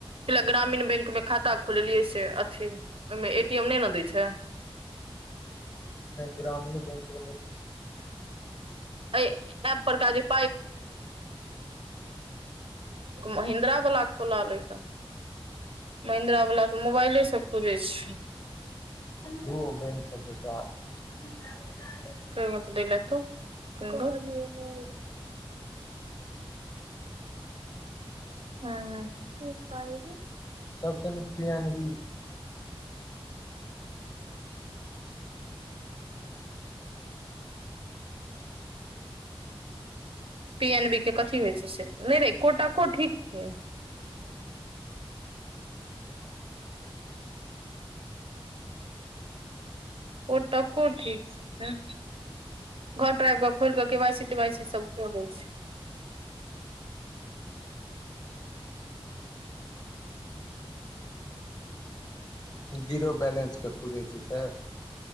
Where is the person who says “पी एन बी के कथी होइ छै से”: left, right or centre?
Right